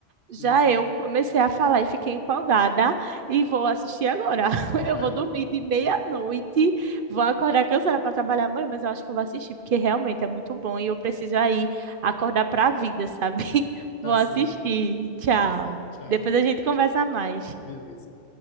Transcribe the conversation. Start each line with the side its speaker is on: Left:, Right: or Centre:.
Right: Já
Left: Entendeu? assim?
Right: eu comecei a falar e fiquei empolgada e vou assistir agora. <laughs>
Left: <laughs> Vai,
Right: Eu vou dormir de meia-noite, vou acordar cansada para trabalhar amanhã, mas eu acho que eu vou assistir, porque realmente é muito bom e eu preciso aí acordar para a vida, sabe? <laughs> Vou
Left: tá
Right: assistir.
Left: certo,
Right: Tchau.
Left: tá certo. Tchau.
Right: Depois a gente conversa mais.
Left: Beleza.